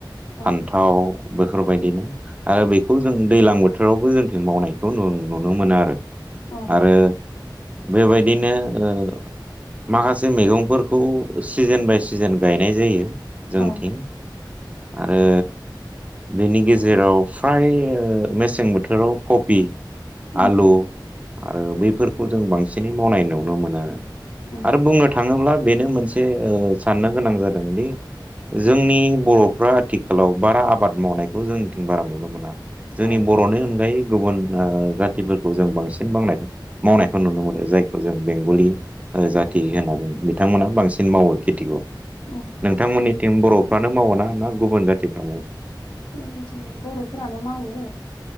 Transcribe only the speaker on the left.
औ
औ
औ
उम
उम
औ
उम
जोंनिथिं बर'फोरानो मावो।